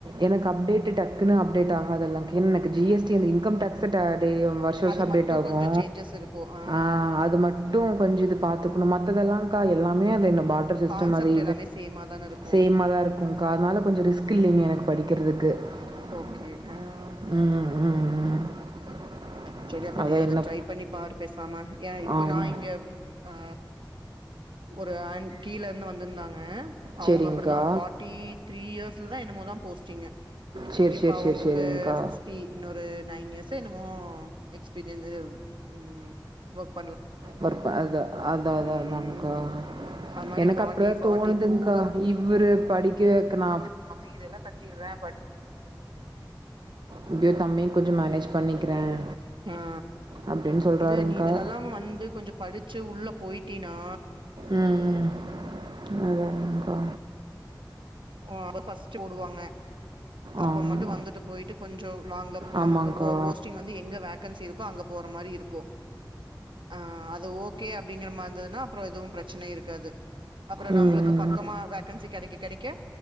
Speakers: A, on the right; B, on the right.
A: எனக்கு அப்டேட்டு டக்குன்னு அப்டேட் ஆகாதுல்ல கின்னக்கு ஜி எஸ் டி அந்த இன்கம் டேக்ஸ் டேட் ஏ வருஷ் வருஷோ
B: அது
A: அப்டேட்
B: மட்டு
A: ஆகூ
B: கொஞ்சோ சேஞ்சஸ் இருக்கு
A: ஆ
B: ஆமா
A: அது மட்டூ கொஞ்சோ இது பாத்துக்கணூ மத்ததெல்லா கா எல்லாமே அது என் பாட்டர் சிஸ்டம்
B: கான்செப்ட்
A: அது
B: எல்லாமே சேமா தான இருக்கு
A: சேமா தா இருக்கூ கா அத்னால கொஞ்சோ ரிஸ்க் இல்லிங்க எனக்கு படிக் கிறதுக்கு ம்
B: ஓகே ஆ
A: ம் ம்
B: சரி அப்ப
A: அதான்
B: நீ அத
A: என்ன
B: ட்ரை பண்ணி பாரு பேசாம ஏ இப்ப
A: ஆமாம்
B: நா இங்கவ் அ ஆ ஒரு ஆண் கீழருந்து வந்திருந்தாங்க அவுங்க
A: சரிங்க்கா
B: அப்டிதா ஃபார்ட்டி த்ரீ இயர்ஸ் தில்தா என்னமோதா போஸ்டிங்கே
A: சரி
B: இப்ப
A: சரி
B: அவுங்க்ள்க்கு
A: சரி சரிங்க்கா
B: ஃபிஃப்டி இன்னொரு நைன் இயர்ஸ் ச என்னுமோ எக்ஸ்பீரியன்ஸுவ் ம் ஒகீ
A: பர்ப் அத அதா அதா
B: ம்
A: அதான்க்கா
B: அது மாரி
A: எனக்கு
B: ஃபார்ட்டி
A: அப்டிதா
B: ஃபார்ட்டி
A: தோணுதுங்க்கா
B: டூல
A: இவ்ரு படிக்க வெக்கனா
B: ம்
A: இப்படியோ தம்பியும் கொஞ்சம் மேனேஜ் பண்ணிக்கிறேன்
B: ஆ
A: அப்படின்னு சொல்கிறாருங்க்கா
B: இல்ல நீ இதுலல்லா வந் படிச்சு உள்ளப் போயிட்டினா
A: ம் ம் அதாங்க்கா
B: ஓ அவ ஃபஸ்ட்டு ஓடுவாங்க அப்ப
A: ஆமாம்
B: மட்டூ வந்துட்டு போயிட்டு கொஞ்சோ லாங்ல ப
A: ஆமாங்க்கா
B: நமக்கு போ போஸ்டிங் வந்து எங்க வேக்கன்சி இருக் கோ அங்க போற மாரி இருக்கூ ஆ அது ஓகே அப்டிங்கற மா இருந்துதுன்னா அப்றோ எதுவு ப்ரச் சன இருக்காது அப்றோ
A: ம்
B: நம்மளுக்கு
A: ம்.
B: பக்கமா வேகன்சி கெடைக்க கெடைக் க